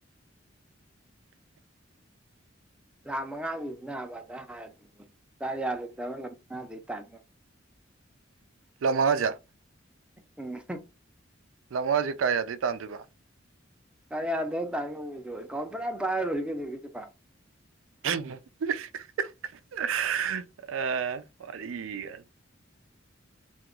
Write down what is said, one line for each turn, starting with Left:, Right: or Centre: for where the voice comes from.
Right: <inaudible>
Centre: ꯂꯥꯛ ꯃꯉꯥꯗꯨ ꯅꯥꯕꯅ ꯍꯥꯏꯕꯗꯗꯤ ꯇꯥꯌꯥꯗ‌ꯦ <unintelligible>
Right: ꯂꯥꯛ ꯃꯉꯥꯖ‌ꯦ
Centre: ꯎꯝ
Right: ꯂꯥꯛ ꯃꯉꯥꯖ‌ꯦ ꯀꯌꯥꯗꯩ ꯇꯥꯟꯗꯣꯏꯕ
Centre: <unintelligible> ꯑ‌ꯦꯀꯋꯥꯟ ꯐꯅꯥꯝ ꯄꯥꯏꯔꯥ ꯂ‌ꯣꯏꯔ‌ꯦ ꯀꯩꯗꯧ ꯔꯒ‌ꯦ ꯑꯗꯨꯕ‌ꯣ
Right: <unintelligible> ꯑꯥ ꯋꯥꯔꯤ ꯒꯥ